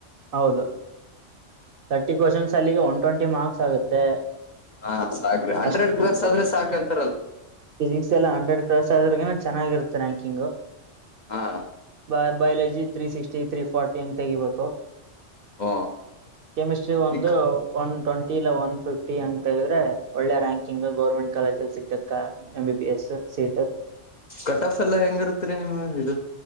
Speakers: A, on the right; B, on the left.
A: ಹೌದು ತರ್ಟಿ ಕ್ವಶನ್ಸ್ ಅಲ್ಲಿಗೆ ಒನ್ ಟ್ವೆಂಟಿ ಮಾರ್ಕ್ಸ್ ಆಗುತ್ತೆ
B: ಹಾ ಸಾಕ್ರಿ ಹಂಡ್ರೆಡ್
A: ಅಷ್ಟ್
B: ಗ್ಲಸ್ ಆದ್ರೆ ಸಾಕಂತ
A: ಫಿಸಿಕ್ಸ್ ಎಲ್ಲ ಹಂಡ್ರೆಡ್ ಕ್ರಾಸ್ ಆದ್ರಗ ಚೆನ್ನಾಗಿರುತ್ತೆ ರ್ಯಾಂಕಿಂಗು
B: ಹಾ
A: ಬ biology three sixty three forty ಅಂತ ತೆಗಿಬೇಕು
B: ಹ
A: ಕೆಮಿಸ್ಟ್ರಿ ಒಂದು
B: ಈ
A: ಒನ್ ಟ್ಂಟಿ ಒನ್ ಫಿಫ್ಟಿ ಅಂತ ಹೇಳಿದೆ ಒಳ್ಳೆ ರ್ಯಾಂಕಿಂಗ್ ಗೌರ್ಮೆಂಟ್ ಕಾಲೇಜ ಅಲ್ಲಿ ಸಿಕ್ತತ್ ಕಾ M B B S seat
B: cut off ಎಲ್ಲಾ ಹೆಂಗ ಇರುತ್ತರಿ ನಿಮ್ಗೆ ಇದು